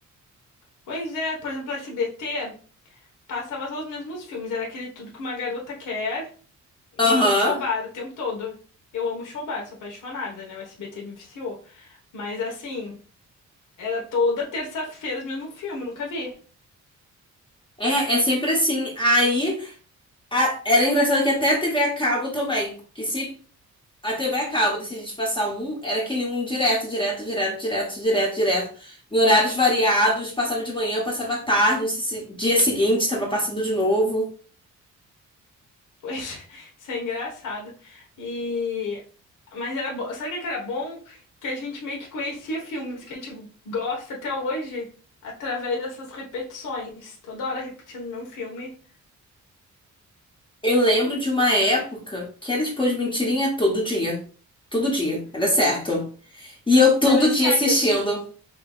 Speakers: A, on the left; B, on the left.
A: Pois é, por exemplo, SBT passava só os mesmos filmes. Era aquele Tudo Que Uma Garota Quer e
B: Aham.
A: Show Bar o tempo todo. Eu amo Show Bar, sou apaixonada, né? O SBT me viciou. Mas assim, era toda terça-feira os mesmos filmes, nunca vi.
B: É, é sempre assim. Aí, a- era engraçado que até a TV a cabo também. Que se a TV a cabo decidisse passar um, era aquele um direto, direto, direto, direto, direto, direto. Em horários variados, passava de manhã, passava à tarde, no se- dia seguinte estava passando de novo.
A: Pois, <laughs> isso é engraçado. E mas era bom, sabe o que que era bom? Que a gente meio que conhecia filmes que a gente gosta até hoje através dessas repetições, toda hora repetindo o mesmo filme,
B: Eu lembro de uma época que era expor de mentirinha todo dia. Todo dia, era certo. E eu todo
A: mas na Sky
B: dia assistindo.
A: isso,